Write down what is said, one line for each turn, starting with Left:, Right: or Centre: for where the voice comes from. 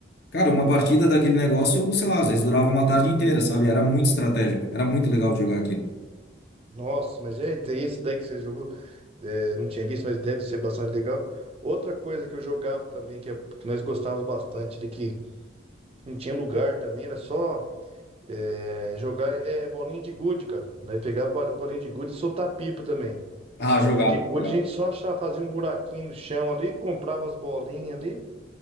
Left: Cara, uma partida daquele negócio, sei lá, às vezes durava uma tarde inteira, sabe? Era muito estratégico, era muito legal de jogar aquilo.
Right: Nossa, mas eita, e esse daí que você jogou, é, não tinha visto, mas deve ser bastante legal. Outra coisa que eu jogava também, que, é- que nós gostávamos bastante, de que não tinha lugar também, era só é, jogar é, bolinha de gude, cara. Nós pegava bol- bolinha de gude e soltar pipa também.
Left: Ah,
Right: Bolinha
Left: jogava,
Right: de gude,
Left: jogava.
Right: a gente só achava, fazia um buraquinho no chão ali, comprava as bolinhas ali,